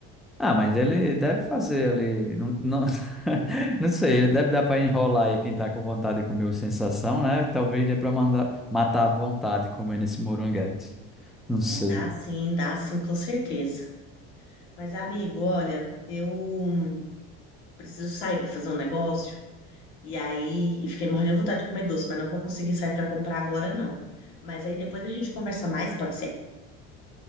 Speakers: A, in the centre; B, on the left.
A: Ah, mas ele deve fazer ali, não, não, <laughs> não sei, ele deve dar para enrolar aí quem tá com vontade de comer o Sensação, né? Talvez dê para mandar matar a vontade comendo esse moranguete. Não
B: Ah,
A: sei.
B: dá sim, dá sim, com certeza. Mas, amigo, olha, eu hum, preciso sair para fazer um negócio. E aí, e fiquei morrendo de vontade de comer doce, mas não vou conseguir sair para comprar agora, não. Mas aí depois a gente conversa mais, pode ser?